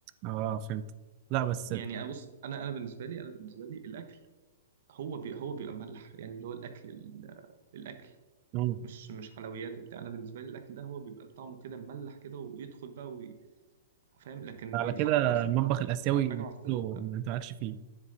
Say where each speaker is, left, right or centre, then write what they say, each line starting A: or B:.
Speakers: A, on the right; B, on the right.
A: اه فهمت لا بس
B: يعني أبص أنا أنا بالنسبة لي أنا بالنسبة لي الأكل هو بي هو بيبقى ملح يعني اللي هو الاكل ال- الاكل
A: مم.
B: مش مش حلويات وبتاع انا بالنسبه لي الاكل ده هو بيبقى طعمه كده مملح كده ويدخل بقى وي... فاهم لكن
A: على
B: يتحط
A: كده
B: معاه سكر
A: المطبخ الاسيوي
B: دي او حاجه معفنه
A: كله
B: لا
A: ما انتعكش فيه